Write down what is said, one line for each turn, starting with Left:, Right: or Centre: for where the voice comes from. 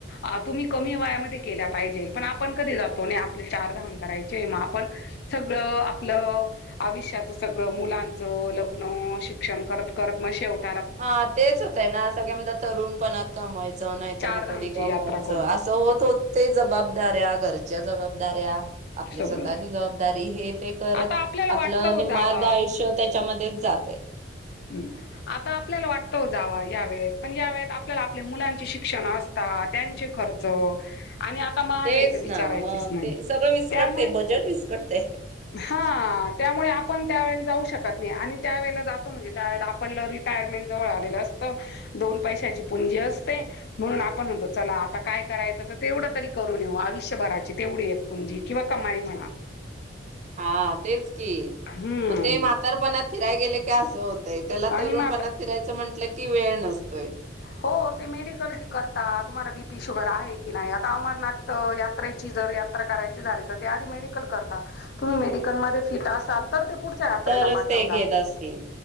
Left: अ तुम्ही कमी वयामध्ये केल्या पाहिजेल पण आपण कधी जातोनी. आपल चारधाम करायचे म आपण सगळं आपलं आयुष्याचा सगळं मुलांचं लग्न, शिक्षण करत- करत मग शेवटी
Right: हा तेच होतंय ना सगळे म्हणतात तरुणपणात कमवायचं. नाही
Left: चार
Right: तर मग
Left: धामची
Right: कधी कमवायचं
Left: यात्रा करू
Right: असं होत होते जबाबदाऱ्या घर घरच्या जबाबदाऱ्या आपली
Left: सगळं
Right: स्वतःची जबाबदारी हे ते करत
Left: आता आपल्याला वाटतं
Right: आपलं
Left: हो
Right: निम्मा
Left: जावा
Right: अर्ध आयुष्य त्याच्यामध्येच जातंय.
Left: हम आता आपल्याला वाटत ओ जावा या वेळेत. पण या वेळेत आपल्याला आपल्या मुलांची शिक्षण असतात त्यांची खर्च आणि आता महागाईच
Right: तेच
Left: विचारायचीच
Right: ना मग
Left: नाही
Right: ते सगळं विस्कटते
Left: त्यामुळे
Right: बजेट विस्कटते
Left: हा त्यामुळे आपण त्यावेळी जाऊ श जाऊच शकत नाही आणि त्यावेळेला जात तो म्हणजे त्यावेळी आपलं रिटायरमेंट जवळ आलेल असतं. दोन पैशांची पुंजी असते म्हणून आपण म्हणतो चला आता काय करायचं तर तेवढे तरी करून येऊ आयुष्यभराची तेवढी एक पुंजी किंवा कमाई म्हणा.
Right: हा तेच की
Left: हम्म
Right: मग ते म्हातारपणात फिरायला गेल की असं होतं ते त्याला
Left: आणि
Right: तरुणपणात
Left: मग आता
Right: फिरायचं म्हटलं ती वेळ नसतोय.
Left: हो ते मेडिकलकी करतात तुम्हाला बीपी शुगर आहे की नाही आता अमरनाथ अ यात्रेची जर यात्रा करायची झाली तर ते आधी मेडिकल करता. तुम्ही जर मेडिकल मध्ये फिट असाल तर ते पुढच्या यात्रेला
Right: तरच
Left: पाठवता
Right: ते घेत असतील.